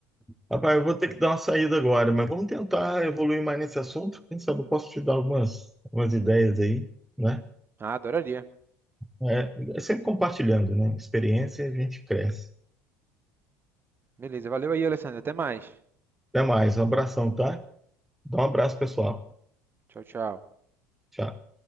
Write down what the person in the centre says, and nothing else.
Rapaz, eu vou ter que dar uma saída agora, mas vamos tentar evoluir mais nesse assunto. Quem sabe eu posso te dar algumas, algumas ideias aí, né?
É, é sempre compartilhando, né? Experiência e a gente cresce.
Até mais, um abração, tá? Dá um abraço, pessoal.
Tchau.